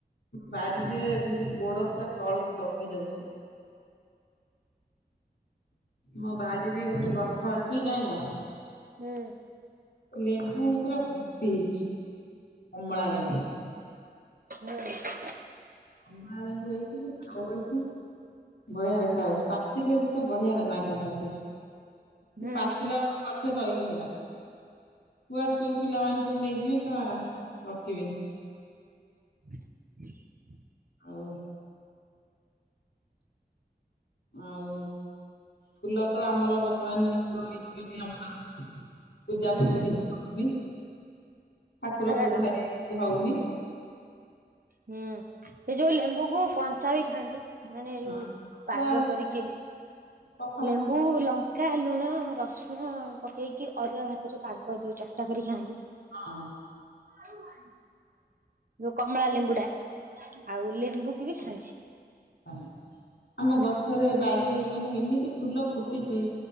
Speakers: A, on the left; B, on the right.
A: ବାରି ରେ ଯେମିତି ଗୋଡ ପୁରା ତଳକୁ ଦବି ଯାଉଛି। ମୋ ବାରି ରେ ଗୋଟେ ଗଛ ଅଛି ଯାଇଁଲ
B: ହୁଁ।
A: ଲେମ୍ବୁ ପୁରା ଭର୍ତ୍ତି ହେଇଛି, କମଳା ଲେମ୍ବୁ
B: <unintelligible> ହୁଁ।
A: କମଳା ଲେମ୍ବୁ ହେଇଛି କି ଓହଳିଛି? ବଢିଆ ଦେଖାଯାଉଛି, ପାଚିଲେ ବି ତ ବଢିଆ ଲାଗନ୍ତା ସେ
B: ହୁଁ
A: ପାଚିଲା ଗଛରେ ରହିଲେ ହେଲା। କୁଆଡେ ସବୁ ପିଲାମାନେ ସବୁ ନେଇଯିବେ ତା ରଖିବେନି।
B: <unintelligible>
A: ହଉ। ଆଉ, ଫୁଲ ତ ଆମର ବର୍ତ୍ତମାନ ହେଇଥିବ ହେଇଛି ବୋଲି ଆମର। ପୂଜା
B: ହୁଁ
A: ପୂଜି କିଛି ହଉନି, ଠାକୁର
B: ହଜାର
A: ପୂଜା
B: ଟଙ୍କା।
A: ହରିକା କିଛି ହଉନି।
B: ହୁଁ, ଏ ଯୋଉ ଲେମ୍ବୁକୁ କଞ୍ଚା ବି ଖାଆନ୍ତି। ମାନେ ଯୋଉ
A: ହଁ
B: ପାଗ
A: ଚା
B: କରିକି
A: ପଖାଳରେ
B: ଲେମ୍ବୁ
A: ହଁ
B: ଲ ଲଙ୍କା, ଲୁଣ, ରସୁଣ ପକେଇକି ଅରୁଆ ଭାତରେ ପାଗ ଯୋଉ ଚକଟା କରି ଖାଆନ୍ତି।
A: ହଁ।
B: ହୁଁଁ, ଯୋଉ କମଳା, ଲେମ୍ବୁ ଟା ଆଉ ଲେମ୍ବୁ କି ବି ଖାଆନ୍ତି।
A: <unintelligible> ଆମ ଗଛରେ ବାରିରେ ମାନେ ଏମିତି ଫୁଲ ଫୁଟିଛି